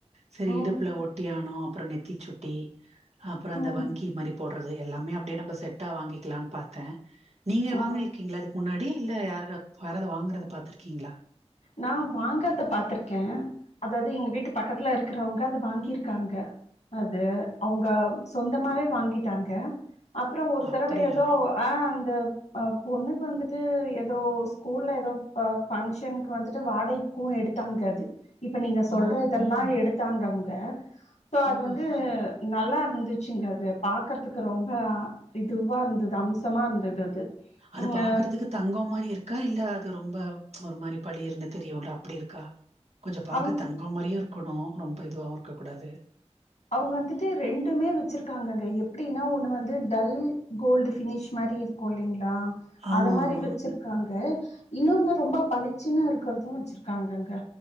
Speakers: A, on the right (about 75°); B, on the left (about 80°).
A: சரி
B: ம்
A: இடுப்புல ஒட்டியாணோ அப்புற நெத்தி சுட்டி அப்புற அந்த
B: ம்
A: வங்கி மாதிரி போடுறது எல்லாமே அப்டியே நம்ப செட்டா வாங்கிக்கலான்னு பாத்தே நீங்க
B: ஆ.
A: வாங்கி இருக்கீங்கள முன்னாடி இல்ல யார யாராவது வாங்கறத பாத்துருக்கீங்களா
B: நா வாங்கறத பாத்திருக்கே அதாவது எங்க வீட்டு பக்கத்துல இருக்கிறவங்க அது வாங்கிருக்காங்க அது அவங்க சொந்தமாவே வாங்கிட்டாங்க அப்புறோ ஒரு
A: அப்டியா
B: தடவை ஏதோ ஆ அந்த அ பொண்ணுக்கு வந்துட்டு ஏதோ ஸ்கூல்ல ஏதோ ப பங்க்ஷனு வந்துட்டு வாடகைக்கு எடுத்தாங்க அது இப்ப நீங்க சொல்ற
A: ஓ
B: இதெல்லா எடுத்தாங்க அவ்ங்க சோ
A: ஓ
B: அது வந்து
A: சரி
B: நல்லா இருந்துச்சுங்க அது பாக்கறதுக்கு ரொம்ப இதுவா இருந்தது அம்சமா இருந்தது அது
A: அது
B: ம்
A: பாக்கறதுக்கு தங்கோ மாதிரி இருக்கா இல்ல அது ரொம்ப ஒரு மாரி பளீருன்னு தெரியுல்ல அப்டி இருக்கா கொஞ்சம் பாக்க
B: அவங்க
A: தங்க மாதிரியு இருக்கணு ரொம்ப இதுவாவு இருக்க கூடாது
B: அவங்க வந்துட்டு ரெண்டுமே வச்சிருக்காங்கங்க எப்டின்னா ஒன்னு வந்து டல் கோல்டு பினிஷ் மாரி இரு கு இல்லிங்களா
A: ஆமா
B: அத மாரி
A: ஆமா
B: வச்சிருக் காங்க இன்னொன்னு ரொம்ப பளிச்சுன்னு இருக்கறதும் வச்சிருக்காங்கங்க